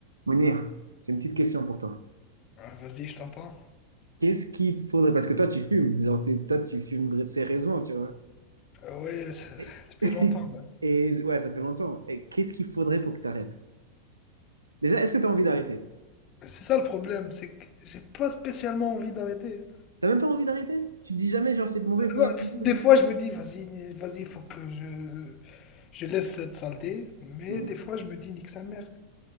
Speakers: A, on the right; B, on the left.
A: Mounir, c'est une petite question pour toi.
B: Ah, Vas-y, je t'entends.
A: Qu'est-ce qu'il te faudrait, parce que toi tu fumes, genre t'es- toi tu fumes sérieusement, tu vois.
B: Ah ouais, c'est-
A: Et,
B: depuis
A: <laughs>
B: longtemps. là.
A: et ouais, ça fait longtemps. Et qu'est-ce qu'il faudrait pour que tu arrêtes? Déjà, est-ce que tu as envie d'arrêter?
B: C'est ça le problème, c'est que j'ai pas spécialement envie d'arrêter.
A: T'as même pas envie d'arrêter? Tu te dis jamais, genre c'est mauvais pour
B: Non,
A: la santé,
B: t's- des
A: comme ça?
B: fois, je me dis, vas-y, ni- vas-y, faut que je, je laisse cette saleté. Mais
A: Mhm.
B: des fois, je me dis, nique sa mère.